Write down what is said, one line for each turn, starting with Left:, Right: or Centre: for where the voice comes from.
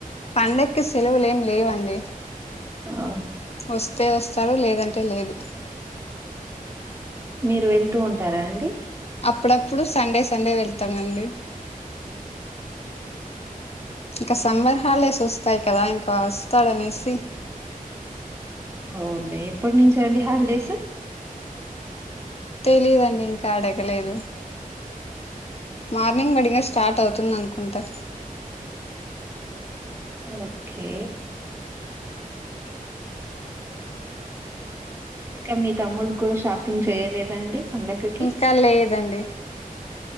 Left: పండకి సలవులేం లేవ అండి
Right: అవు
Left: వస్తే వస్తారు లేదంటే లేదు
Right: మీరు వెళ్తూ ఉంటారా అండి
Left: పడప్పుడు సండే సండే వెళ్తామండి ఇక సమ్మర్ హాల్డేస్ వస్తాయి కదా ఇంకా వస్తాడనేసి
Right: అవుంది ఎప్పట్నించి అండి హాల్డేస్
Left: తెలిదండి ఇంకా అడగలేదు మార్నింగ్ బాడిగా స్టార్ట్ అవుతుంది. అనుకుంటా
Right: ఓకే ఇంకా మీ తమ్ముడి కూడా షాపింగ్ చేయలేదండి పండగకి
Left: ఇంకా లేదండి